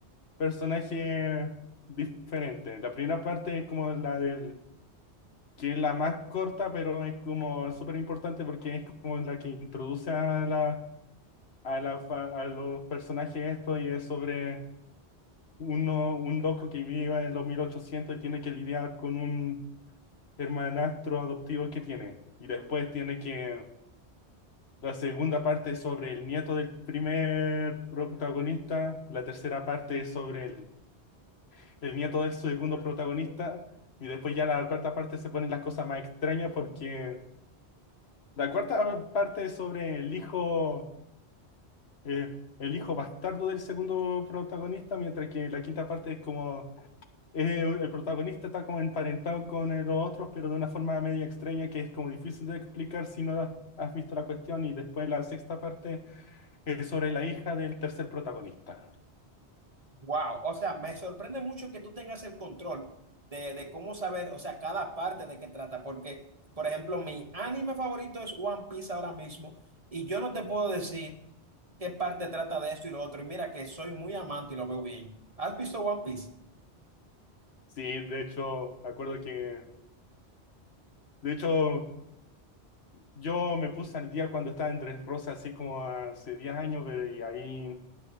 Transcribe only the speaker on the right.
Wow, o sea, me sorprende mucho que tú tengas el control de, de cómo saber, o sea, cada parte de qué trata, porque, por ejemplo, mi anime favorito es One Piece ahora mismo, y yo no te puedo decir qué parte trata de esto y lo otro, y mira que soy muy amante y lo veo bien. ¿Has visto One Piece?